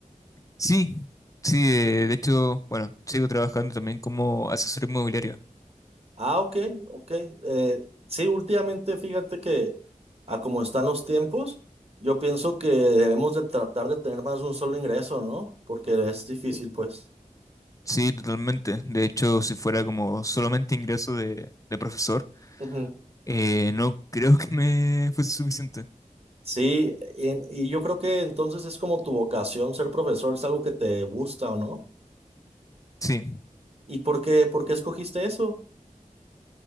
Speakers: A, on the left; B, on the right.
A: Sí, sí, eh, de hecho, bueno, sigo trabajando también como asesor inmobiliario.
B: Ah, ok, ok. Eh, sí, últimamente fíjate que a como están los tiempos, yo pienso que debemos de tratar de tener más de un solo ingreso, ¿no? Porque es difícil, pues.
A: Sí, totalmente. De hecho, si fuera como solamente ingreso de, de profesor,
B: Ujú.
A: eh, no creo que me fuese suficiente.
B: Sí, en- y yo creo que entonces es como tu vocación ser profesor, es algo que te gusta, ¿o no?
A: Sí.
B: ¿Y por qué, por qué escogiste eso?